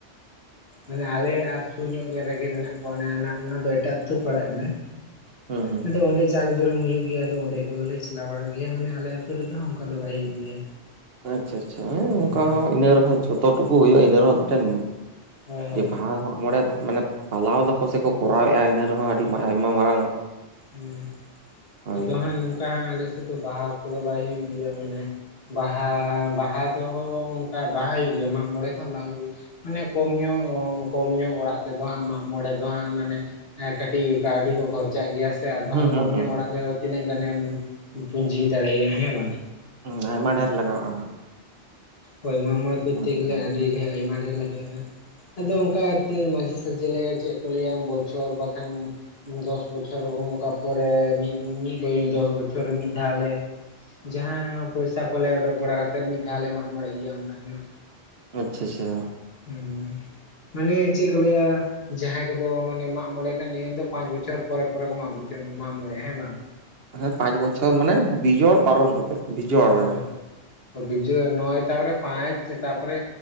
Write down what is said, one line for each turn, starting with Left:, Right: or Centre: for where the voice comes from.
Left: ᱢᱟᱱᱮ ᱟᱞᱮ ᱟᱨ ᱥᱩᱨ ᱧᱚᱜ ᱨᱮᱜᱮ ᱢᱮᱱᱟᱜ ᱠᱚᱣᱟ ᱚᱱᱮ ᱚᱱᱟ ᱚᱱᱟ ᱫᱚ ᱮᱴᱟᱜ ᱟᱹᱛᱩ ᱯᱟᱲᱟᱜ ᱠᱟᱱᱟ᱾
Right: ᱦᱮᱸ ᱦᱮᱸ
Left: ᱟᱫᱚ ᱚᱸᱰᱮ ᱡᱟᱠ ᱡᱚᱨᱚᱢ ᱦᱩᱭᱩᱜ ᱜᱮᱭᱟ ᱟᱫᱚ ᱚᱸᱰᱮ ᱠᱚᱜᱮᱞᱮ ᱪᱟᱞᱟᱣ ᱵᱟᱲᱟᱜ ᱜᱮᱭᱟ, ᱢᱟᱱᱮ ᱟᱞᱮ ᱟᱛᱳ ᱨᱮᱫᱚ ᱦᱟᱸᱜ ᱚᱱᱠᱟ ᱫᱚ ᱵᱟᱭ ᱦᱩᱭᱩᱜ ᱜᱮᱭᱟ᱾
Right: ᱟᱪᱪᱷᱟ ᱟᱪᱪᱷᱟ ᱦᱮᱸ
Left: ᱦᱩᱸ
Right: ᱚᱱᱠᱟ ᱦᱚᱸ ᱤᱱᱟᱹ ᱨᱮᱦᱚᱸ ᱡᱷᱚᱛᱚ ᱴᱩᱠᱩ ᱦᱩᱭᱩᱜ-ᱟ ᱤᱱᱟᱹ ᱨᱮᱦᱚᱸ ᱢᱤᱫᱴᱮᱱ
Left: <unintelligible>
Right: ᱡᱮ ᱵᱟᱦᱟ ᱢᱟᱜ ᱢᱚᱬᱮ ᱢᱟᱱᱮ ᱯᱟᱞᱟᱣ ᱫᱟᱠᱚ ᱥᱮ ᱠᱚᱨᱟᱣ ᱮᱫ-ᱟ ᱤᱱᱟᱹ ᱨᱮᱦᱚᱸ ᱟᱹᱰᱤ ᱢᱟ ᱟᱭᱢᱟ ᱢᱟᱨᱟᱜ
Left: ᱦᱮᱸ
Right: ᱦᱳᱭ
Left: ᱟᱫᱚ ᱦᱟᱸᱜ ᱱᱚᱝᱠᱟ ᱦᱟᱸᱜ ᱟᱞᱮ ᱥᱮᱫ ᱥᱮᱫ ᱫᱚ ᱵᱟᱦᱟ ᱠᱚᱫᱚ ᱵᱟᱭ ᱦᱩᱭᱩᱜ ᱜᱮᱭᱟ ᱢᱟᱱᱮ ᱵᱟᱦᱟ ᱵᱟᱦᱟ ᱫᱚᱦᱚᱸ ᱚᱱᱠᱟ ᱵᱟᱦᱟ ᱦᱩᱭᱩᱜ ᱜᱮᱭᱟ ᱢᱟᱜ ᱢᱚᱬᱮ ᱠᱚᱦᱚᱸ ᱵᱟᱝ ᱦᱩᱭᱩᱜ ᱢᱟᱱᱮ ᱠᱚᱢ ᱧᱚᱜ ᱠᱚᱢ ᱧᱚᱜ ᱚᱲᱟᱜ ᱛᱮᱫᱚ ᱦᱟᱸᱜ ᱢᱟᱜ ᱢᱚᱬᱮ ᱫᱚ ᱦᱟᱸᱜ ᱢᱟᱱᱮ ᱮᱸᱜ ᱠᱟᱹᱴᱤᱡ ᱠᱟᱹᱣᱰᱤ ᱠᱚ ᱠᱷᱚᱨᱪᱟᱜ ᱜᱮᱭᱟ ᱥᱮ ᱟᱫᱚ
Right: ᱦᱩᱸ
Left: ᱦᱟᱸᱜ
Right: ᱦᱩᱸ
Left: ᱠᱚᱢ
Right: ᱦᱩᱸ
Left: ᱧᱚᱜ ᱚᱲᱟᱜ ᱨᱮᱦᱚ ᱛᱤᱱᱟᱹᱜ ᱜᱟᱱᱮᱢ ᱯᱩᱸᱡᱤ ᱫᱟᱲᱮᱭᱟᱜ-ᱟ ᱦᱮᱸ ᱵᱟᱝ
Right: ᱦᱩ ᱟᱭᱢᱟ ᱰᱷᱮᱨ ᱞᱟᱜᱟᱣᱚᱜ-ᱟ ᱱᱟᱦᱟᱜ
Left: ᱦᱳᱭ ᱢᱟᱜ ᱢᱚᱬᱮ ᱠᱚᱨᱛᱮ
Right: ᱦᱮᱸ
Left: ᱜᱮᱞᱮ ᱟᱹᱰᱤ ᱰᱷᱮᱨ ᱟᱭᱢᱟ ᱰᱷᱮᱨ ᱞᱟᱜᱟᱜ-ᱟ ᱦᱟᱸᱜ ᱟᱫᱚ ᱚᱱᱠᱟ ᱛᱮ ᱢᱟᱡᱷᱮ ᱥᱟᱡᱷᱮ ᱞᱮ ᱪᱮᱫ ᱠᱚ ᱞᱟᱹᱭᱟ ᱵᱚᱪᱷᱚᱨ ᱵᱟᱠᱷᱟᱱ ᱫᱚᱥ ᱵᱚᱪᱷᱚᱨ ᱚᱱᱠᱟ ᱯᱚᱨᱮ ᱢᱤᱫ ᱢᱤᱫ <unintelligible> ᱫᱚᱥ ᱵᱚᱪᱷᱚᱨ ᱨᱮ ᱢᱤᱫ ᱫᱷᱟᱣ ᱞᱮ ᱡᱟᱦᱟᱸ ᱯᱚᱭᱥᱟ ᱠᱚᱞᱮ ᱚᱰᱚᱠ ᱵᱟᱲᱟ ᱠᱟᱛᱮᱫ ᱢᱤᱫ ᱫᱷᱟᱣ ᱞᱮ ᱢᱟᱜ ᱢᱚᱬᱮᱜ ᱜᱮᱭᱟ ᱚᱱᱠᱟ ᱧᱚᱸᱜ
Right: ᱟᱪᱪᱷᱟ ᱟᱪᱪᱷᱟ
Left: ᱦᱩᱸ ᱢᱟᱱᱮ ᱪᱮᱫ ᱠᱚ ᱞᱟᱹᱭᱟ ᱡᱟᱦᱟᱸᱭ ᱠᱚᱫᱚ ᱢᱟᱱᱮ ᱢᱟᱜ ᱢᱚᱬᱮ ᱨᱮᱱᱟᱜ ᱱᱤᱭᱚᱢ ᱫᱚ ᱯᱟᱸᱪ ᱵᱚᱪᱷᱚᱨ ᱯᱚᱨᱮ ᱯᱚᱨᱮ ᱠᱚ ᱢᱟᱜ ᱵᱚᱪᱚᱜ-ᱟ ᱢᱟᱜ ᱢᱚᱬᱮ ᱦᱮᱸ ᱵᱟᱝ
Right: ᱦᱮᱸ ᱯᱟᱸᱪ ᱵᱚᱪᱷᱚᱨ ᱢᱟᱱᱮ ᱵᱤᱡᱳᱲ ᱯᱟᱨᱚᱢ ᱠᱟᱛᱮᱫ ᱵᱤᱡᱚᱲ ᱨᱮ
Left: ᱦᱳᱭ ᱵᱤᱡᱚᱭ ᱱᱚᱭ ᱛᱟᱯᱚᱨᱮ ᱯᱟᱸᱪ ᱛᱟᱯᱚᱨᱮ